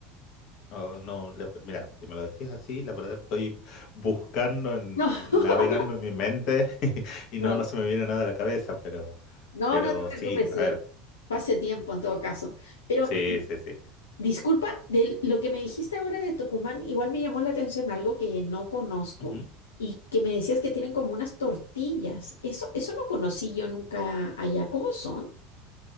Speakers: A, on the left; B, on the left.
A: Oh, no, la- mira, si me lo decís así, la verdad estoy buscando, en-
B: <laughs>
A: navegando en mi mente <laughs> y
B: No,
A: no, no
B: <laughs> no.
A: se me viene nada a la cabeza, pero,
B: No,
A: pero
B: no te preocupes,
A: sí, a
B: sí.
A: ver,
B: Fue hace tiempo en todo caso. Pero
A: sí, sí, sí.
B: disculpa, de lo que me dijiste ahora de Tucumán, igual me llamó la atención algo que no conozco
A: Ujú.
B: y que me decías que tienen como unas tortillas. Eso, eso no conocí yo nunca allá. ¿Cómo son?